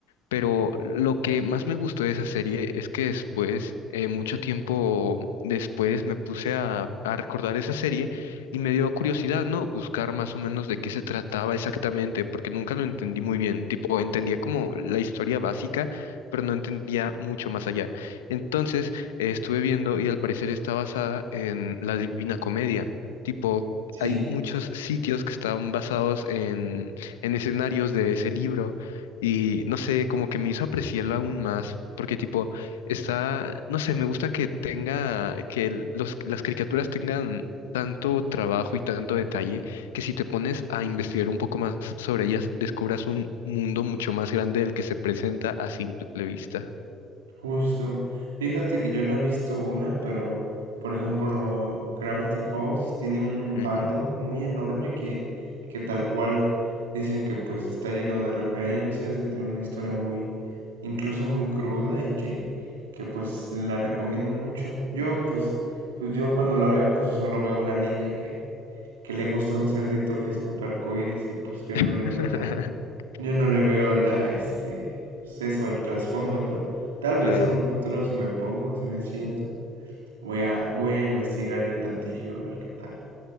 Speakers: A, on the left (about 75°); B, on the right (about 85°).
A: Pero lo que más me gustó de esa serie es que después, eh, mucho tiempo después, me puse a, a recordar esa serie y me dio curiosidad, ¿no? Buscar más o menos de qué se trataba exactamente, porque nunca lo entendí muy bien. Tipo, entendía como la historia básica, pero no entendía mucho más allá. Entonces, eh, estuve viendo y al parecer está basada en la Divina Comedia. Tipo,
B: sí.
A: hay muchos sitios que estaban basados en, en escenarios de ese libro. Y no sé, como que me hizo apreciarlo aún más, porque tipo, está, no sé, me gusta que tenga, que el- los, las caricaturas tengan tanto trabajo y tanto detalle, que si te pones a investigar un poco más sobre ellas, descubras un mundo mucho más grande del que se presenta a simple vista.
B: Justo. Fíjate que yo no he visto una, pero por ejemplo, Gravity Falls tiene un
A: Ujú.
B: fandom muy enorme que, que tal cual dicen que pues está lleno de referencias, que tiene una historia muy, incluso muy cruda y que, que pues la recomiendan mucho. Yo pues, pues yo cuando la vea pues solo veo una niña que, que le gusta un cerdito que escupe arcoíris y pues yo no
A: <laughs>
B: le veo la, yo no le veo la, este, pues eso, el trasfondo, pero tal vez
A: Claro.
B: en un futuro si me pongo, si me siento, voy a, voy a investigarle tantillo a ver qué tal.